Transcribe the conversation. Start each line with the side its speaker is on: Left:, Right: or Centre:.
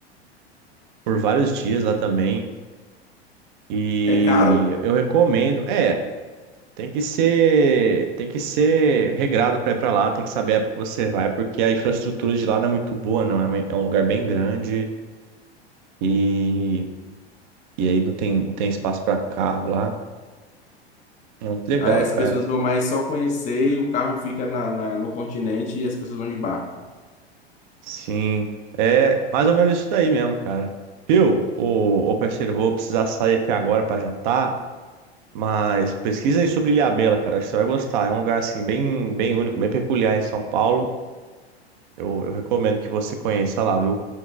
Right: por vários dias lá também. E
Left: É caro?
Right: eu recomendo, é, tem que ser, tem que ser regrado pra ir pra lá, tem que saber a época que você vai, porque a infraestrutura de lá não é muito boa, não. É, uma- é um lugar bem grande. E E aí não tem, não tem espaço para carro lá. É muito legal,
Left: Aí as
Right: cara.
Left: pessoas vão mais só conhecer e o carro fica na, na- no continente e as pessoas vão de barco.
Right: Sim. É mais ou menos isso daí mesmo, cara. Viu? Ô, ô parceiro, eu vou precisar sair aqui agora para jantar, mas pesquisa aí sobre Ilhabela, cara. Acho que você vai gostar. É um lugar assim bem, bem único, bem peculiar em São Paulo. Eu, eu recomendo que você conheça lá, viu?